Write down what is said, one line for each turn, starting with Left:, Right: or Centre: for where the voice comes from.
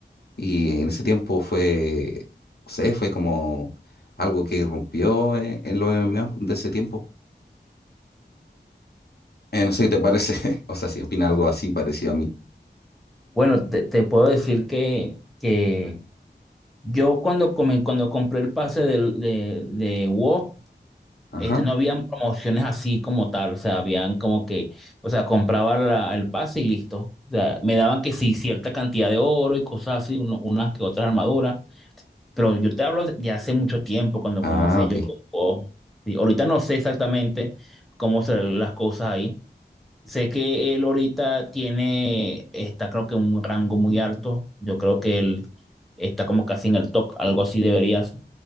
Left: y en ese tiempo fue, no sé, fue como algo que irrumpió en, en los M M O de ese tiempo. Eh, no sé qué te parece, <laughs> o sea, si opina algo así parecido a mí.
Centre: Bueno, te, te puedo decir que, que yo cuando, come- cuando compré el pase del- de, de, WoW,
Left: Ajá.
Centre: este, no habían promociones así como tal, o sea, habían como que, o sea, compraba la- el pase y listo. O sea, me daban que sí, cierta cantidad de oro y cosas así, uno- unas que otras armaduras, pero yo te hablo de hace mucho tiempo cuando
Left: Ah,
Centre: comencé
Left: ok.
Centre: yo con WoW. Sí, ahorita no sé exactamente cómo serán las cosas ahí. Sé que él ahorita tiene, está creo que en un rango muy alto. Yo creo que él está como casi en el top, algo así deberías.